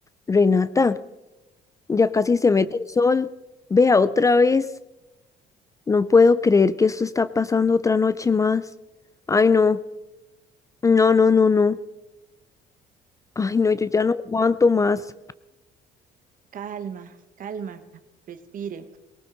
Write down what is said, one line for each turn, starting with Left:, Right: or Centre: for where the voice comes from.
Left: Renata, ya casi se mete el sol. Vea otra vez. No puedo creer que esto está pasando otra noche más. Ay, no. No, no, no, no. Ay, no, yo ya no aguanto más.
Right: Calma, calma, respire.